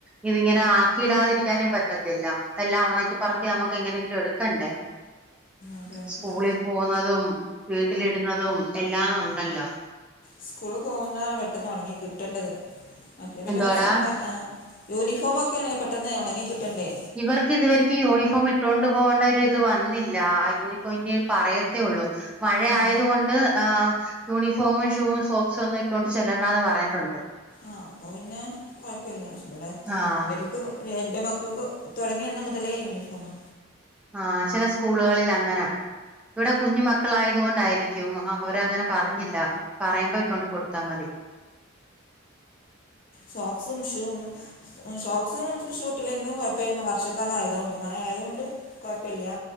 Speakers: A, in the centre; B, on the left.
A: ഇതിങ്ങനെ ആക്കിയിടാതിരിക്കാനും പറ്റത്തില്ല എല്ലാം ഒണക്കി പെറുക്കി നമുക്ക് എങ്ങനെയെങ്കിലും എടുക്കണ്ടേ
B: അതെ അതെ
A: സ്കൂളിൽ പോകുന്നതും വീട്ടിലിടുന്നതും എല്ലാം ഉണ്ടല്ലോ
B: സ്കൂളിൽ പോകുന്നതാണ് പെട്ടെന്ന് ഒണങ്ങി കിട്ടണ്ടത് മറ്റേത് പിന്നെ
A: എന്തുവാടാ
B: കൊറച്ചിണ്ടാ ആഹ് യൂണിഫോമൊക്കേണേ പെട്ടെന്ന് ഒണങ്ങി കിട്ടണ്ടേ
A: ഇവർക്ക് ഇതുവരെക്കും യൂണിഫോം ഇട്ടുകൊണ്ട് പോകേണ്ട ഒരു ഇത് വന്നില്ല ആഹ് യൂണിഫോമിനി പറയത്തേ ഉള്ളു മഴ
B: ആ
A: ആയതു കൊണ്ട് ആഹ് യൂണിഫോമും ഷൂവും സോക്സും ഒന്നും ഇട്ടോണ്ട് ചെല്ലണ്ടാന്ന് പറഞ്ഞിട്ടുണ്ട്
B: ആഹ് അപ്പൊ പിന്നെ കൊഴപ്പല്ല പക്ഷേ ഇബടെ
A: ആഹ്
B: ഇവരിക്ക് എന്റെ മക്കൾക്ക് തൊടങ്ങിയ അന്ന് മുതലേ യൂണിഫോമാ
A: ആഹ് ചെല സ്കൂളുകളിൽ അങ്ങനാ ഇവ്ടെ കുഞ്ഞു മക്കളായതു കൊണ്ടായിരിക്കും ആഹ് അവരങ്ങനെ പറഞ്ഞില്ല പറയുമ്പോ ഇട്ടോണ്ട് കൊടുത്താ മതി
B: സോക്സും ഷൂവും ഷോക്സ് ഷൂ ഇട്ടില്ലെങ്കിലും കൊഴപ്പല്ല വർഷക്കാലം ആയതുകൊണ്ട് മഴ ആയതുകൊണ്ട് കൊഴപ്പല്ല